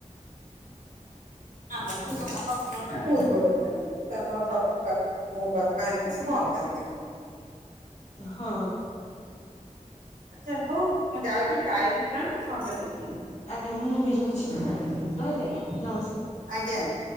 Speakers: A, on the right; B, on the left.
A: ଆମର ବି ବ ଆମ ବାପ ଘରେ ବୋହୁତ ବଡ ଫ୍ୟାମିଲି କି ତନର ସବୁ ବା ମୋ ବାପା ଆରିକା ସବୁ ଆ ଗା ଅଲଗା ରୁହନ୍ତି।
B: ହଁ।
A: ଆଚ୍ଛା ହୋଉ ମୁଁ ଯାଉଚି ଟାଇମ୍ ହେଇଗଲାଣି ମୁଁ ସନ୍ଧ୍ୟା ଦେବୀ।
B: ଆଜ୍ଞା ମୁଁ ବି ଯାଉଚି ରହିଲି
A: ଆସେ
B: ଆଜ୍ଞା
A: ହଁ
B: ନମସ୍କାର।
A: ଆଜ୍ଞା ଆଜ୍ଞା।